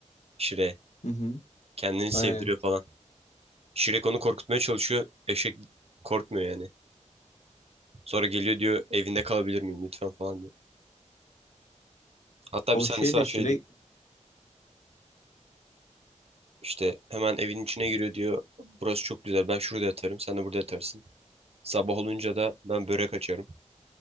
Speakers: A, on the right; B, on the left.
A: Shrek'e.
B: Hı hı.
A: Kendini sevdiriyor
B: Aynen.
A: falan. Shrek onu korkutmaya çalışıyor. Eşek korkmuyor yani. Sonra geliyor diyor evinde kalabilir miyim lütfen falan diyor. Hatta
B: O
A: bir sahnesi
B: şey de
A: var
B: Shrek.
A: şey diyor. İşte hemen evin içine giriyor diyor. Burası çok güzel ben şurada yatarım sen de burada yatarsın. Sabah olunca da ben börek açarım.